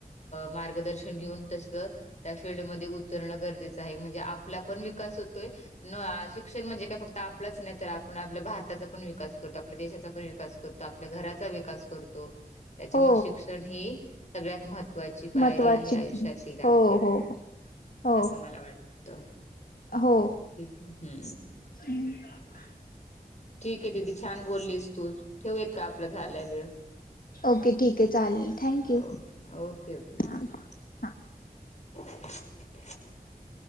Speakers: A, on the left; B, on the left.
A: मार्गदर्शन घेऊन तसं त्या फिल्डमध्ये उतरणं गरजेचं आहे म्हणजे आपला पण विकास होतोय. न शिक्षण म्हणजे काय फक्त आपलंच नाही तर आपण आपल्या भारताचा पण विकास करतो आपल्या देशाचा पण विकास करतो. आपल्या घराचा विकास करतो. त्याच्यामुळे
B: हो
A: शिक्षण ही सगळ्यात महत्त्वाची पायरी
B: महत्वाची
A: आहे आयुष्यातील आपल्या
B: हो हो हो
A: असं मला वाटतं
B: हो
A: हम्म
B: हम
A: ठीक हे दिदी छान बोललीस तूच, ठेवूयात का आपला झालाय वेळ
B: ओके ठीक आहे चालेल thank you
A: okay, okay, okay
B: हां
A: थँक्यू.
B: हां
A: <unintelligible>